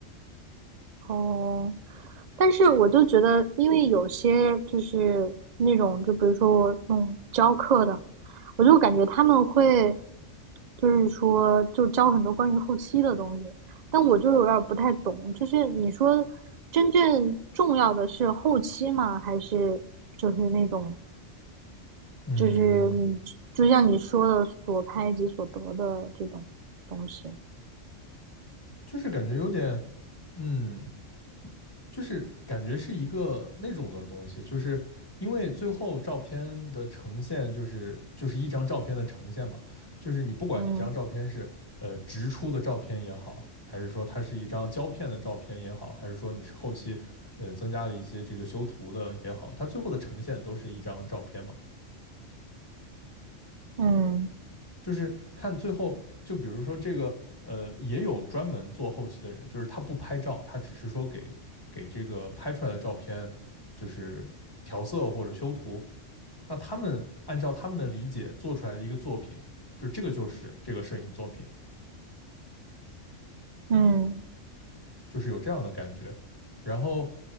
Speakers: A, on the right; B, on the left.
A: 哦，但是我就觉得，因为有些就是那种，就比如说我弄教课的，我就感觉他们会就是说就教很多关于后期的东西，但我就有点儿不太懂，就是你说真正重要的是后期吗？还是就是那种
B: 嗯，
A: 就是你就像你说的所拍即所得的这种东西？
B: 就是感觉有点嗯就是感觉是一个那种的东西，就是因为最后照片的呈现就是就是一张照片的呈现嘛，就是你不管你这张照片是呃直出的照片也好，
A: 嗯
B: 还是说它是一张胶片的照片也好，还是说你是后期呃增加了一些这个修图的也好，它最后的呈现都是一张照片嘛。
A: 嗯。
B: 就是看最后，就比如说这个，呃，也有专门做后期的人，就是他不拍照，他只是说给给这个拍出来的照片，就是调色或者修图。那他们按照他们的理解做出来的一个作品，就这个就是这个摄影作品，
A: 嗯，
B: 就是有这样的感觉。然后，